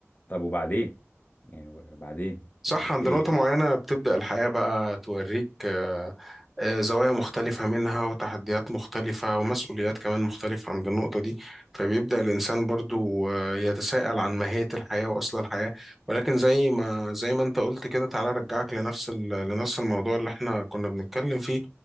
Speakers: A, on the left; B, in the centre.
A: طب وبعدين يعني وبعدين
B: صح
A: إيه
B: عند نقطة معينة بتبدأ الحياة بقى توريك آه، آه، زوايا مختلفة منها وتحديات مختلفة ومسؤوليات كمان مختلفة عند النقطة دي فبيبدأ الإنسان برضو آه، يتساءل عن ماهية الحياة وأصل الحياة ولكن زي ما زي ما أنت قلت كده تعالى أرجعك لنفس ال- لنفس الموضوع اللي إحنا كنا بنتكلم فيه